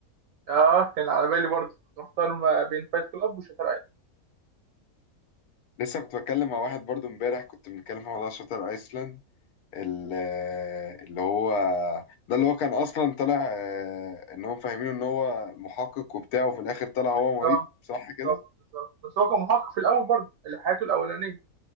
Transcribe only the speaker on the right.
اه كان على بالي برضه كنت محتار ما بين فايت كلاب وشاتر ايلاند
بالظبط
بالظبط بالظبط بس هو كان محقق في الاول برضه اللي حياته الاولانيه